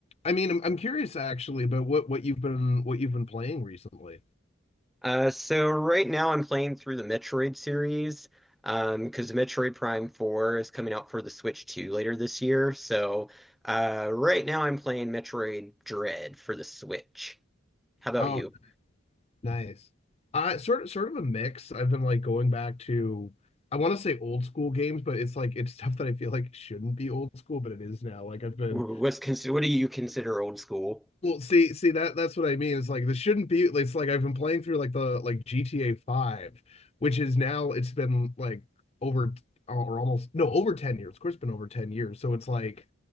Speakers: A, on the left; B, in the centre.
A: I mean, I'm, I'm curious actually about what what you've been what you've been playing recently.
B: Uh, so right now I'm playing through the Metroid series, um, because Metroid Prime 4 is coming out for the Switch 2 later this year. So, uh, right now I'm playing Metroid Dread for the Switch. How about
A: Oh,
B: you?
A: nice. Uh, sort of sort of a mix. I've been like going back to I want to say old school games, but it's like it's stuff that I feel like shouldn't be old school, but it is now. Like I've been
B: Wh- What's consider what do you consider old school?
A: well, see, see that that's what I mean. It's like this shouldn't be. It's like I've been playing through like the like GTA Five, which is now it's been like over or almost no over ten years. Of course, it's been over ten years. So it's like